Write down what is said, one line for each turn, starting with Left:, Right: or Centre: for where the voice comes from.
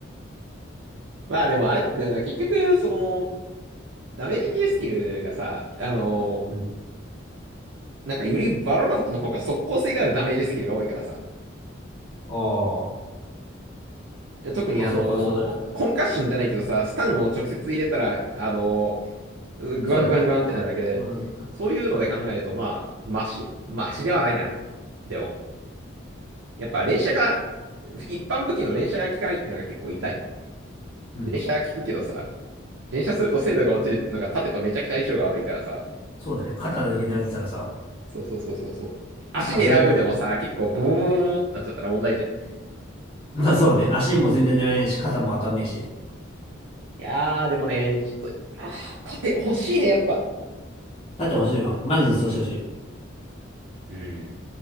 Right: まあでもあれなんだよな、結局、その、ダメージ系スキルがさ、あの、
Left: <laughs> うん。<laughs>
Right: なんかよりバロラントの方が速攻性があるダメージスキルが多いからさ、
Left: ああ、
Right: 特にあの、
Left: まあそうか、そうだね。
Right: コンカッションじゃないけどさ、スタンを直接入れたら、あの、グワングワングワンってなるわけで、
Left: そうだね。うん。まあなんか
Right: そういうので考えると、まあ、マシマシではないな。でも。やっぱ連射が、一般武器の連射が効かないっていうのが結構痛い。
Left: うん。
Right: 連射は効くけどさ、連射すると精度が落ちるっていうのが盾とめちゃくちゃ相性が悪いからさ。
Left: そうだね。肩だけ狙ってたらさ、
Right: そうそうそうそうそう。足狙うでもさ、
Left: いつか外れるから
Right: 結構ボーボーボーってなっちゃったら問題じゃん。い
Left: まあそうね。足も全然狙えないし、肩も当たんねえし。
Right: やー、でもね、ちょっと、あー、盾欲しいね、やっぱ。
Left: だって欲しいわ。マジでそうしてほしい。
Right: うん。